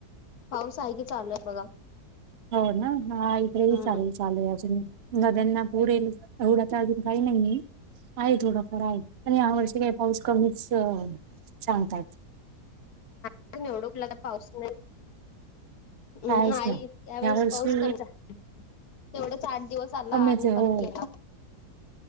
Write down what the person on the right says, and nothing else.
हो ना? हा. इकडे बी
चालेल चालूय अजून. नद्याना पूर येईल एवढा तर अजून काही नाहीये. आहे थोडाफार आहे. पण ह्या वर्षी काही- पाऊस कमीच सांगतात.
कायच
ना
या वर्षी
कमीच
आहे
हो